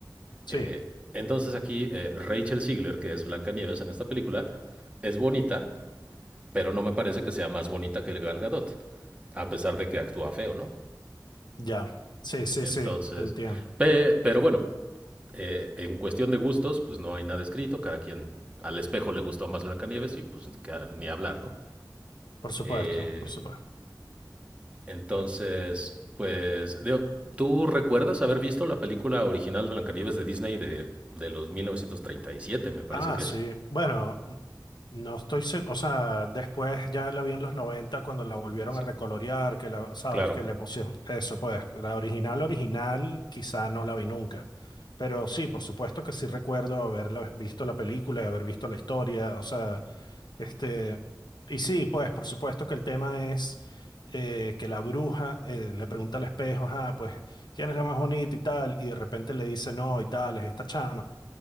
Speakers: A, on the left (about 80°); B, on the right (about 15°).
A: Sí,
B: Eh, entonces aquí eh, Rachel Ziegler, que es Blancanieves en esta película, es bonita, pero no me parece que sea más bonita que el Gal Gadot, a pesar de que actúa feo, ¿no?
A: ya. Sí, sí,
B: Entonces,
A: sí, te entiendo.
B: pe- pero bueno, eh, en cuestión de gustos, pues no hay nada escrito, cada quien al espejo le gustó más Blancanieves y pues ca- ni hablar, ¿no?
A: Por supuesto,
B: Eh,
A: por supuesto.
B: entonces, pues, digo, ¿tú recuerdas haber visto la película original Blancanieves de Disney de, de los 1937, me parece
A: Ah,
B: que
A: sí.
B: es?
A: Bueno, No estoy seguro, o sea, después ya la vi en los 90 cuando la volvieron
B: Sí,
A: a recolorear, que la, sabes,
B: claro.
A: que le pusieron eso, pues, la original, original, quizá no la vi nunca. Pero sí, por supuesto que sí recuerdo haber visto la película y haber visto la historia, o sea, este, y sí, pues, por supuesto que el tema es eh, que la bruja eh, le pregunta al espejo, ah, pues, ¿quién es la más bonita y tal? Y de repente le dice, no, y tal, es esta chama.